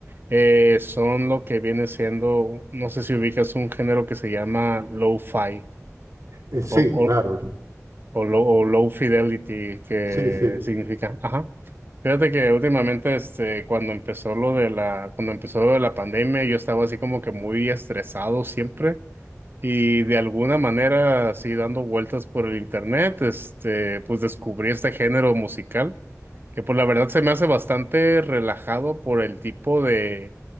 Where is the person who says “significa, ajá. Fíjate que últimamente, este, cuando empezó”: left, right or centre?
Right